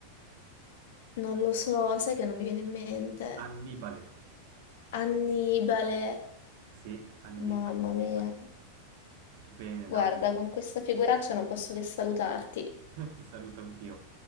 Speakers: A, on the left (about 55°); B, on the right (about 50°).
A: Non lo so, sai che non mi viene in mente.
B: Annibale.
A: Annibale.
B: Sì, Annibale,
A: Mamma
B: Annibale.
A: mia.
B: Bene,
A: Guarda,
B: dai.
A: con questa figuraccia non posso che salutarti.
B: <laughs> Ti saluto anch'io.